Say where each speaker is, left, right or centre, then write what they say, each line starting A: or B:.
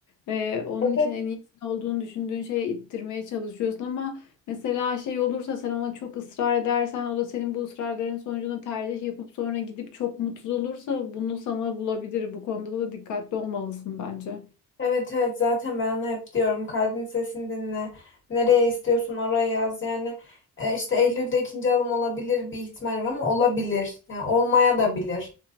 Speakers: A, on the left; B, on the left.
A: e, onun için
B: hı.
A: en iyisinin olduğunu düşündüğün şeye ittirmeye çalışıyorsun ama mesela şey olursa sen ona çok ısrar edersen o da senin bu ısrarların sonucunda tercih yapıp sonra gidip çok mutsuz olursa bunu sana bulabilir. Bu konuda da dikkatli olmalısın bence.
B: Evet evet zaten ben onu hep diyorum kalbin sesini dinle nereye istiyorsun oraya yaz yani e, işte Eylül'de ikinci alım olabilir bir ihtimal var ama olabilir yani olmaya da bilir